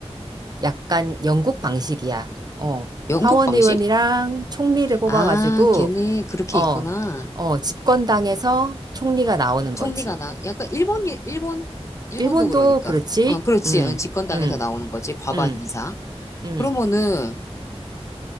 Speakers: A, on the right (about 40°); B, on the left (about 25°).
A: 약간 영국 방식이야. 어,
B: 영국
A: 하원의원이랑
B: 방식?
A: 총리를 뽑아가지고,
B: 아, 걔네 그렇게
A: 어,
B: 있구나.
A: 어, 집권당에서 총리가 나오는
B: 총리가
A: 거지.
B: 나, 약간 일본, 일본? 일본도
A: 일본도
B: 그러니까.
A: 그렇지?
B: 어, 그렇지.
A: 음,
B: 응, 집권당에서
A: 음,
B: 나오는 거지. 과반
A: 음,
B: 이상.
A: 음.
B: 그러면은,